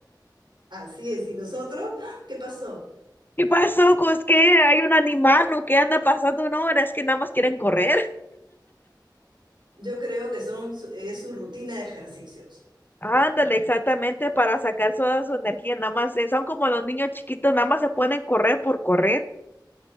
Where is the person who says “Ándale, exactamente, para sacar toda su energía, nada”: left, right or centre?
Left